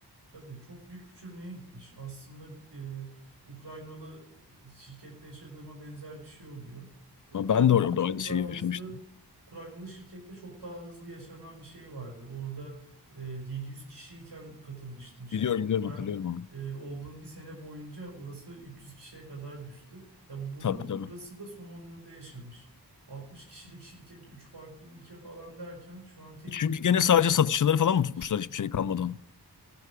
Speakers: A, on the right; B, on the left.
A: Tabii çok büyük küçülmeye gitmiş. Aslında e, Ukraynalı e, şirkette yaşadığıma benzer bir şey oluyor. E, Ukraynalı
B: Ama ben de orada
A: da çok
B: aynı şeyi
A: daha
B: yaşamıştım.
A: hızlı, Ukraynalı şirkette çok daha hızlı yaşanan bir şey vardı. Orada e, 700 kişiyken katılmıştım şirket.
B: Biliyorum, biliyorum,
A: Ben
B: hatırlıyorum onu.
A: e, olduğum bir sene boyunca orası 300 kişiye kadar düştü. Ya bunu
B: Tabii tabii.
A: burası da son 10 yılda yaşamış. 60 kişilik şirket, 3 farklı ülke falan derken şu an tek
B: E, Çünkü
A: ülkede
B: gene sadece satışçıları falan
A: 20
B: mı tutmuşlar
A: kişi.
B: hiçbir şey kalmadan?